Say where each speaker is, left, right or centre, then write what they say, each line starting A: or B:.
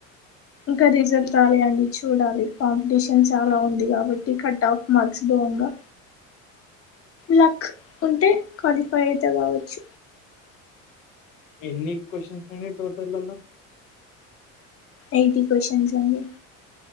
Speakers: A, on the left; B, on the left.
A: కనీసం స్టామియాండి చూడాలి. కాంపిటీషన్ చాలా ఉంది కాబట్టి కట్ ఆఫ్ మార్క్స పోంగా లక్ ఉంటే క్వాలిఫై అయిత కావచ్చు.
B: ఎన్ని క్వొశ్చన్స్ అయినయ్ టోటలల్ల
A: ఎయిటి క్వస్షన్స్ అయినయ్